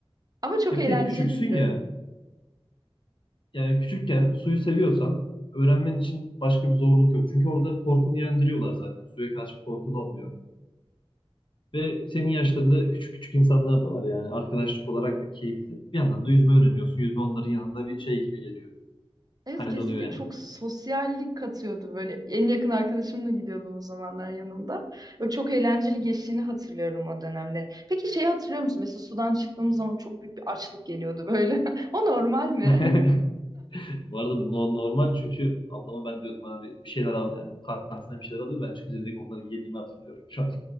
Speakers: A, on the right; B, on the left.
A: Ama çok
B: E
A: eğlenceliydi.
B: bir de küçüksün ya. yani küçükken suyu seviyorsan öğrenmen için başka bir zorluk yok. Çünkü orada korkunu yendiriyorlar zaten. Suya karşı bir korkun olmuyor. Ve senin yaşlarında küçük küçük insanlar da var yani arkadaşlık olarak da keyifli. Bir yandan da yüzme öğreniyorsun. Yüzme onların yanında bir şey gibi geliyor.
A: Evet
B: Halloluyor
A: kesinlikle
B: yani.
A: çok sosyallik katıyordu böyle. En yakın arkadaşımla gidiyordum o zamanlar yanımda. Ve çok eğlenceli geçtiğini hatırlıyorum o dönemlerin. Peki şeyi hatırlıyor musun? Mesela sudan çıktığımız zaman çok büyük bir açlık geliyordu böyle. <laughs> O normal mi?
B: <laughs> Bu arada no- normal çünkü ablama ben diyordum abi bir bir şeyler al yani. O kantinden bir şeyler alıyordu. Ben çıkınca direkt onları yediğimi hatırlıyorum şu an.